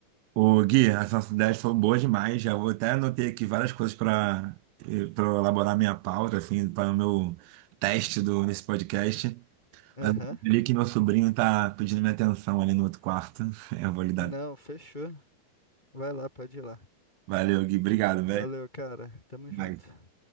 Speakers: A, on the right (about 80°); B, on the left (about 25°).
A: Ô, Gui, as nossas ideias foram boas demais. Já vou até anotei aqui várias coisas para para elaborar minha pauta, assim, para o meu teste do, nesse podcast.
B: Aham.
A: Mas eu li que meu sobrinho tá pedindo minha atenção ali no outro quarto. <laughs> Eu vou lhe dar.
B: Não, fechou. Vai lá, pode ir lá.
A: Valeu, Gui. Obrigado, velho.
B: Valeu, cara. Tamo
A: Até
B: junto.
A: mais.